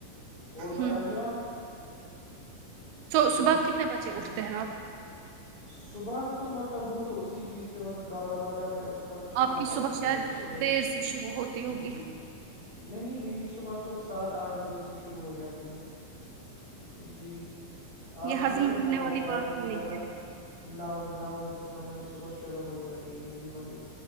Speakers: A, on the left (about 85°); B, on the right (about 85°).
A: اور بتائیے
B: ہوں ہوں
A: آپ جی
B: صبح کتنے بجے
A: ہ
B: اٹھتے ہیں آپ
A: صبح تو مطلب وہ تو اسی چیز پہ مطلب دار و مدار ہے اس کا شام
B: کی
A: کو
B: صبح
A: آپ کتنے
B: شاید
A: بجے سوئیں
B: دیر
A: گے
B: سے شروع ہوتی ہوگی
A: جی نہیں میری صبح تو سات آٹھ بجے سے شروع ہو جاتی ہے جی آخھری
B: یہ ہضم
A: تو
B: ہونے
A: نو
B: والی
A: زیادہ
B: بات
A: سے
B: ہی
A: زیادہ
B: نہیں ہے
A: نو نو سے ہماری صبح شرح ہو جاتی ہے میری والی